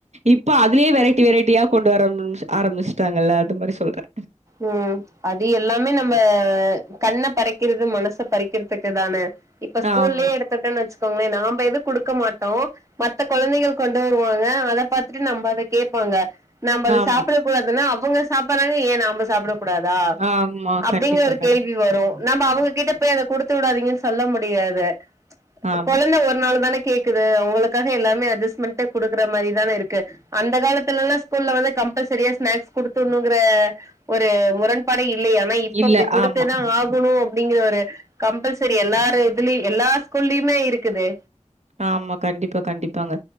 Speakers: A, on the right; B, on the right.
A: இப்ப அதுலயே வெரைட்டி வெரைட்டியா கொண்டு வரம்ச் ஆரம்பிச்சிட்டாங்கல்ல அது மாரி சொல்றே
B: ம் அது எல்லாமே நம்ம கண்ண பறைக்கிறது மனச பறிக்கிறதுக்கு தான இப்ப ஸ்கூல்லயே
A: ஆமா,
B: எடுத்துட்டன் வெச்சுக்கோங்களேன் நாம்ப எது குடுக்க மாட்டோ மத்த கொழந்தைகள் கொண்டு வருவாங்க அத பாத்துட்டு நம்ப அத கேப்பாங்க நாம அது
A: ஆமா,
B: சாப்பிட கூடாதுன்னா அவுங்க சாப்பறாங்க ஏ நாம சாப்பிட கூடாதா
A: ஆமா.
B: அப்டிங்கற
A: கண்டிப்பா,
B: ஒரு
A: கண்
B: கேள்வி வரு நம்ம அவுங்க கிட்ட போய் அத குடுத்து விடாதீங்கன் சொல்ல முடியாது
A: ஆமா.
B: கொழந்த ஒரு நாள் தான கேக்குது அவங்களுக்காக எல்லாமே அட்ஜஸ்ட்மெண்டே குடுக்குற மாரி தான இருக்கு அந்த காலத்துலல்லா ஸ்கூல்ல வந்து கம்பல்சரியா ஸ்நாக்ஸ் குடுத்துணுங்கிற ஒரு முரண்பாடே இல்லயே ஆனா இப்ப
A: இல்ல.
B: அப்டி குடுத்து
A: ஆமா.
B: தா ஆக ணு அப்டிங்கற ஒரு கம்பல்சரி எல்லார் இதுலயு எல்லா ஸ்கூல்லிமே இருக்குது
A: ஆமா கண்டிப்பா கண்டிப்பாங்க